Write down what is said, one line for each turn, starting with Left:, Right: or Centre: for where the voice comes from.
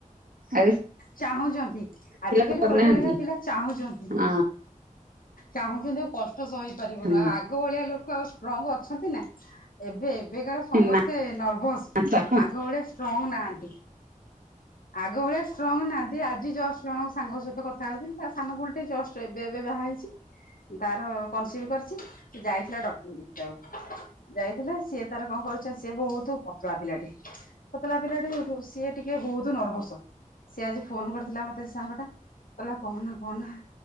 Right: ଆ
Left: ଚାହୁଁଛନ୍ତି ଆଜିକାଲି
Right: କରୁନାହାନ୍ତି
Left: ଗୋଟେ ଲେଖା ପିଲା ଚାହୁଁଛନ୍ତି
Right: ହଁ
Left: ଚାହୁଁଛନ୍ତି ଆଉ କଷ୍ଟ ସହିପାରିବନି
Right: ହଁ
Left: ଆଗ ଆଗ ଭଳିଆ ଲୋକ ଆଉ ଷ୍ଟ୍ରଙ୍ଗ ଅଛନ୍ତି ନା ଏବେ ଏବେକାର ସମସ୍ତେ
Right: ନା
Left: ନର୍ଭସ୍
Right: ତ ହଁ
Left: ଆଗ ଭଳିଆ ଷ୍ଟ୍ରଙ୍ଗ ନାହାନ୍ତି ଆଗ ଭଳିଆ ଷ୍ଟ୍ରଙ୍ଗ ନାହାନ୍ତି ଆଜି ଜଷ୍ଟ ଜଣଙ୍କ ସାଙ୍ଗଙ୍କ ସହିତ କଥା ହଉଛନ୍ତି ତା ସାନ ଫୁଲେ ଜଷ୍ଟ ଏବେ ଏବେ ବାହା ହେଇଛି ତାର କନସିଭ କରିଛି କି ଯାଇଥିଲା ଡକ୍ଟର ଦେଖିବାକୁ ଯାଇଥିଲା ସିଏ ତାର କଣ କରୁଛ ସିଏ ବହୁତ କପଳା ପିଲାଟେ ପତଲା ପିଲା ଟେଉ ସିଏ ଟିକେ ବହୁ ନର୍ଭସ ସି ଆଜି ଫୋନ କରିଥିଲା ମତେ ସାଙ୍ଗଟା କହିଲଲା କହନା କହନା